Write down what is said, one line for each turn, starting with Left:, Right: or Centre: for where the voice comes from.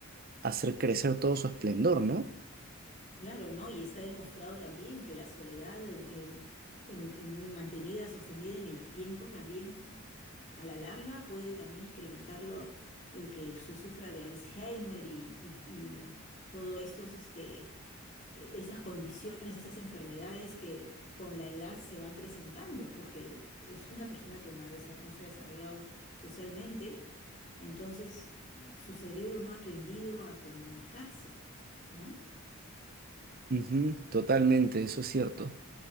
Right: hacer crecer todo su esplendor, ¿no?
Left: Claro, ¿no? Y está demostrado también que la soledad eh, en- en- mantenida, sostenida en el tiempo, también a la larga puede también incrementarlo el que se sufra de Alzheimer y, y, y, eh, todo estos, este, eh, estas condiciones, esas enfermedades que con la edad se van presentando, porque es una persona que no ha desa- no se ha desarrollado socialmente, entonces su cerebro no ha aprendido a comunicarse, ¿no?
Right: Ujú, totalmente, eso es cierto,